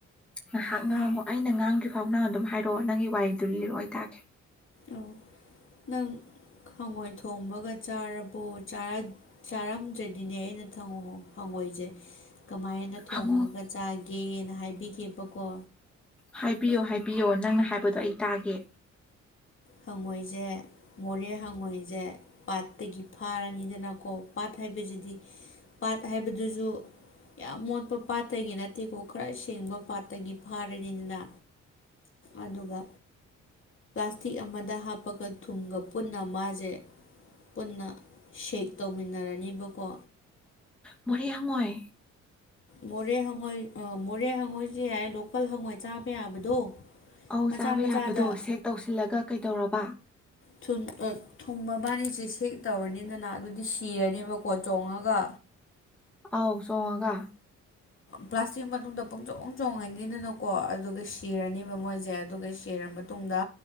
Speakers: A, in the centre; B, on the left (about 40°).
A: ꯉꯥꯏꯍꯥꯛ
B: ꯍꯥ
A: ꯉꯥꯡꯉꯣ ꯑꯩꯅ ꯉꯥꯡꯗ꯭ꯔꯤ ꯐꯥꯎ ꯅꯪ ꯑꯗꯨꯝ ꯍꯥꯏꯔꯛꯑꯣ ꯅꯪꯒꯤ ꯋꯥꯔꯤꯗꯨ ꯂꯤꯔꯑꯣꯇꯥꯔꯒꯦ
B: ꯑꯣ ꯅꯪ ꯍꯪꯉꯣꯏ ꯊꯣꯡꯕꯒ ꯆꯥꯔꯕꯣ ꯆꯥ ꯆꯥꯔꯝꯗ꯭ꯔꯗꯤꯅꯦ ꯑꯩꯅ ꯍꯪꯉꯣꯏꯁꯦ ꯀꯃꯥꯏꯅ ꯊꯣꯡꯉꯒ
A: ꯍꯪꯉꯣꯏ
B: ꯆꯥꯒꯦꯅ ꯍꯥꯏꯕꯤꯒꯦꯕꯀꯣ
A: ꯍꯥꯏꯕꯤꯌꯣ ꯍꯥꯏꯕꯤꯌꯣ ꯅꯪꯅ ꯍꯥꯏꯕꯗꯣ ꯑꯩ ꯇꯥꯒꯦ
B: ꯍꯉꯣꯏꯁꯦ ꯃꯣꯔꯦ ꯍꯪꯉꯣꯏꯁꯦ ꯄꯥꯠꯇꯒꯤ ꯐꯥꯔꯅꯤꯗꯅꯀꯣ ꯄꯥꯠ ꯍꯥꯏꯕꯁꯤꯗꯤ ꯄꯥꯠ ꯍꯥꯏꯕꯗꯨꯁꯨ ꯌꯥꯝ ꯃꯣꯠꯄ ꯄꯥꯠꯇꯒꯤ ꯅꯠꯇꯦꯀꯣ ꯈꯔ ꯁꯦꯡꯕ ꯄꯥꯠꯇꯒꯤ ꯐꯥꯔꯅꯤꯗꯅ ꯑꯗꯨꯒ ꯄꯥꯊꯤ ꯑꯃꯗ ꯍꯥꯞꯄꯒ ꯊꯨꯝꯒ ꯄꯨꯟꯅ ꯃꯥꯁꯦ ꯄꯨꯟꯅ ꯁꯦꯛ ꯇꯧꯃꯤꯟꯅꯔꯅꯤꯕꯀꯣ
A: ꯃꯣꯔꯦ ꯍꯉꯣꯏ
B: ꯃꯣꯔꯦ ꯍꯪꯉꯣꯏ ꯃꯣꯔꯦ ꯍꯪꯉꯣꯏꯁꯦ ꯌꯥꯏ ꯂꯣꯀꯜ ꯍꯪꯉꯣꯏ ꯆꯥꯕ ꯌꯥꯕꯗꯣ
A: ꯑꯧ
B: ꯃꯆꯥ
A: ꯆꯥꯕ
B: ꯃꯆꯥꯗ
A: ꯌꯥꯕꯗꯣ ꯁꯦꯛ ꯇꯧꯁꯤꯜꯂꯒ ꯀꯩꯗꯧꯔꯕ
B: ꯊ ꯊꯨꯝ ꯃꯕꯥꯅꯤꯁꯦ ꯁꯦꯛ ꯇꯧꯔꯅꯤꯗꯅ ꯑꯗꯨꯗꯤ ꯁꯤꯔꯅꯦꯕꯀꯣ ꯆꯣꯡꯉꯒ
A: ꯑꯥꯎ ꯆꯣꯡꯉꯒ
B: ꯄ꯭ꯂꯥꯁꯇꯤꯛ ꯃꯅꯨꯡꯗ ꯄꯨꯡꯆꯣꯡ ꯆꯣꯡꯉꯅꯤꯗꯅꯀꯣ ꯑꯗꯨꯒ ꯁꯤꯔꯅꯤꯕ ꯃꯣꯏꯁꯦ ꯑꯗꯨꯒ ꯁꯤꯔꯝꯕ ꯇꯨꯡꯗ